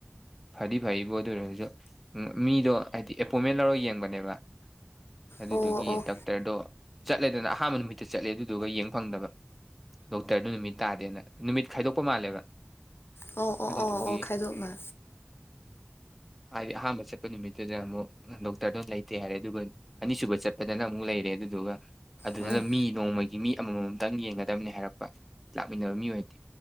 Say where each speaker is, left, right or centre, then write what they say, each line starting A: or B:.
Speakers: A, in the centre; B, on the left.
A: ꯐꯗꯤ ꯐꯥꯏꯕꯣ ꯑꯗꯨ ꯑꯣꯏꯔꯁꯨ ꯃꯤꯗꯣ ꯍꯥꯏꯗꯤ ꯑꯦꯄꯣꯏꯟꯃꯦꯟ ꯂꯧꯔꯒ ꯌꯦꯡꯕꯅꯦꯕ ꯑꯗꯨꯗꯨꯒꯤ
B: ꯑꯣ ꯑꯣ
A: ꯗꯥꯛꯇꯔꯗꯣ ꯆꯠꯂꯦꯗꯅ ꯑꯍꯥꯟꯕ ꯅꯨꯃꯤꯠꯇ ꯆꯠꯂꯦ ꯑꯗꯨꯗꯨꯒ ꯌꯦꯡ ꯐꯪꯗꯕ ꯗꯣꯛꯇꯔꯗꯨ ꯅꯨꯃꯤꯠ ꯇꯥꯗꯦꯅ ꯅꯨꯃꯤꯠ ꯈꯥꯏꯗꯣꯛꯄ ꯃꯥꯜꯂꯦꯕ
B: ꯑꯣ ꯑꯣ
A: ꯑꯗꯨꯗꯨꯒꯤ
B: ꯑꯣ ꯑꯣ ꯈꯥꯏꯗꯣꯛꯅ
A: ꯍꯥꯏꯗꯤ ꯑꯍꯥꯟꯕ ꯆꯠꯄ ꯅꯨꯃꯤꯠꯇꯨꯗ ꯑꯃꯨꯛ ꯗꯣꯛꯇꯔꯗꯣ ꯂꯩꯇꯦ ꯌꯥꯔꯦ ꯑꯗꯨꯒ ꯑꯅꯤꯁꯨꯕ ꯆꯠꯄꯗꯅ ꯑꯃꯨꯛ ꯂꯩꯔꯦ ꯑꯗꯨꯗꯨꯒ ꯑꯗꯨꯗꯨꯅ
B: ꯎꯝ
A: ꯃꯤ ꯅꯣꯡꯃꯒꯤ ꯃꯤ ꯑꯃꯃꯝꯇꯪ ꯌꯦꯡꯒꯗꯕꯅꯤ ꯍꯥꯏꯔꯛꯄ ꯂꯥꯛꯃꯤꯟꯅꯕ ꯃꯤ ꯑꯣꯏꯗꯤ